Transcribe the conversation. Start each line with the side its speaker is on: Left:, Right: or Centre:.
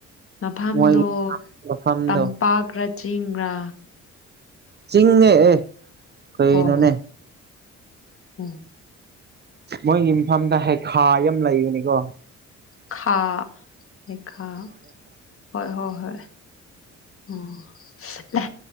Left: ꯃꯐꯝꯗꯣ
Right: ꯃꯣꯏꯒꯤ ꯃꯐꯝꯗꯣ
Left: ꯇꯝꯄꯥꯛ ꯔ ꯆꯤꯡꯔꯥ
Right: ꯆꯤꯡꯤꯡꯅꯦ ꯑꯦ ꯀꯩꯅꯣꯅꯦ
Left: ꯑꯣ ꯎꯝ
Right: ꯃꯣꯏꯒꯤ ꯃꯐꯝꯗ ꯍꯩꯈꯥ ꯌꯥꯝ ꯂꯩꯕꯅꯤꯀꯣ
Left: ꯈꯥ ꯍꯩꯈꯥ ꯍꯣꯏ ꯍꯣꯏ ꯍꯣꯏ ꯑꯣ ꯑꯦ